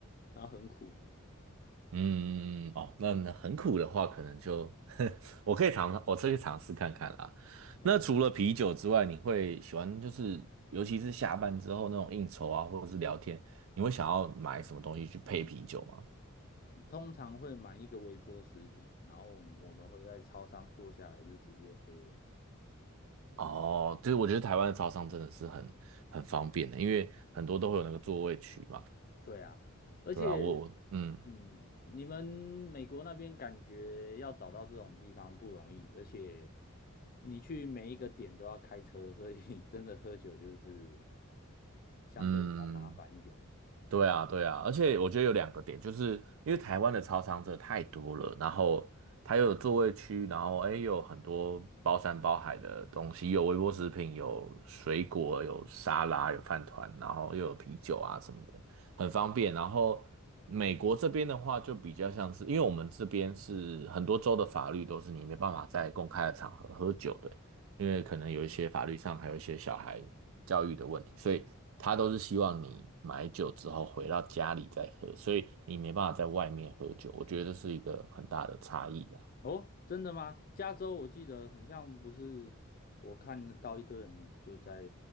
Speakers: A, on the left; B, on the right.
A: 然后很苦。
B: 嗯，嗯嗯哦，那那很苦的话，可能就 <laughs> 我可以尝，我可去尝试看看啦。
A: 嗯，
B: 那除了啤酒之外，你会喜欢就是，尤其是下班之后那种应酬啊，或者是聊天，你会想要买什么东西去配啤酒吗？
A: 通常会买一个微波食品，然后我们我们会在超商坐下来就直接喝。
B: 哦，就是我觉得台湾的超商真的是很很方便的，因为很多都会有那个座位区嘛，
A: 对啊，而且，
B: 对啊，我我嗯
A: 嗯，你们美国那边感觉要找到这种地方不容易，而且你去每一个点都要开车，所以 <laughs> 真的喝酒就是相对比较麻烦一点。
B: 嗯，对啊，对啊，而且我觉得有两个点，就是因为台湾的超商真的太多了，然后它又有座位区，然后哎又有很多包山包海的东西，有微波食品，有水果，有沙拉，有饭团，然后又有啤酒啊什么的，很方便。然后美国这边的话，就比较像是，因为我们这边是很多州的法律都是你没办法在公开的场合喝酒的，因为可能有一些法律上还有一些小孩。教育的问题，所以他都是希望你买酒之后回到家里再喝，所以你没办法在外面喝酒，我觉得这是一个很大的差异啊。
A: 哦，真的吗？加州我记得很像不是，我看到一堆人就在